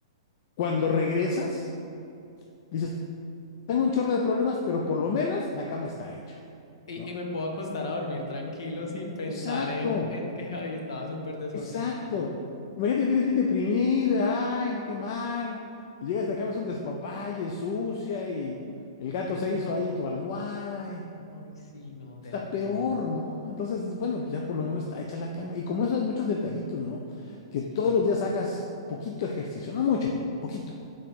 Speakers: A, on the left; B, on the left.
A: cuando regresas, dices, tengo un chorro de problemas, pero por lo menos la cama está hecha.
B: Y,
A: ¿no?
B: y me puedo acostar a dormir tranquilo sin pensar
A: Exacto,
B: en, en que ay, estaba súper desordenada.
A: exacto. Imagínate, vienes bien deprimida, ay, qué mal. Y llegas de acá, vas un despapalle, sucia,
B: Ay, sí.
A: y el
B: Y
A: gato
B: tienes
A: se hizo
B: ropa.
A: ahí en tu almohada, y
B: Ay, sí, no, terrible.
A: está peor, ¿no? Entonces, bueno, pues ya por lo menos está hecha la cama. Y como esos muchos detallitos, ¿no? Que
B: Sí.
A: todos los días hagas poquito ejercicio, no mucho, poquito.